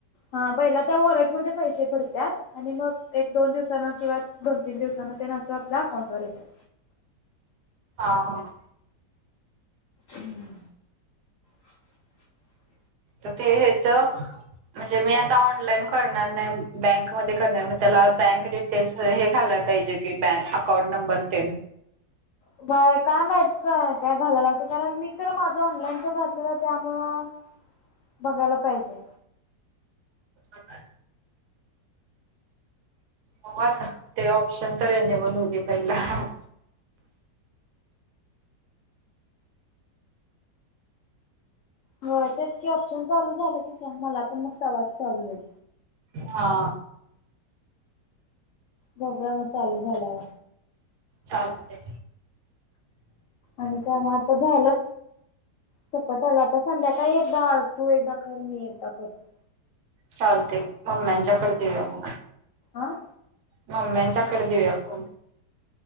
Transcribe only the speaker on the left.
हा पहिला त्या वॉलेटमध्ये पैसे पडतात आणि मग एक दोन दिवसान किंवा दोन तीन दिवसान आपल्या अकाउंट वर येतात.
हम्म. <unintelligible>
ह बाय काय माहित काय काय घालायला लागते कारण मी तर माझं ऑनलाईनच घातलेलं त्यामुळं बघायला पाहिजे
हो तेचकी ऑप्शन चालू झालं की सांग मला पण मग तवाच चालू होईल
बघ्या मग चालू झालं
आणि काय मग आता झालं सपत आला आता संध्याकाळी एकदा अ तू एकदा कर म एकदा करतो
आह